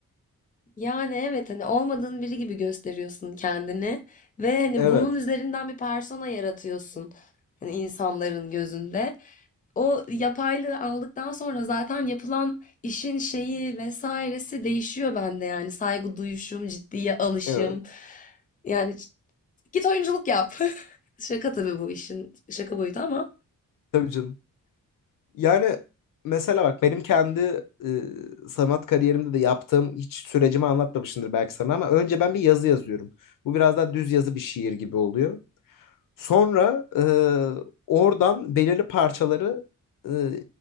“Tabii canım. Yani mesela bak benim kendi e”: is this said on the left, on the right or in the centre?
Left